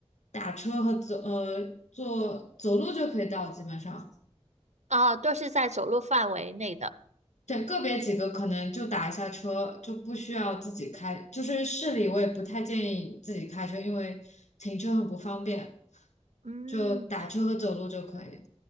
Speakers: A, on the left; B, on the right.
A: 打车和走呃坐走路就可以到，基本上。
B: 啊，都是在走路范围内的。
A: 对，个别几个可能就打一下车，就不需要自己开。就是市里我也不太建议自己开车，因为停车很不方便，
B: 嗯，
A: 就打车和走路就可以。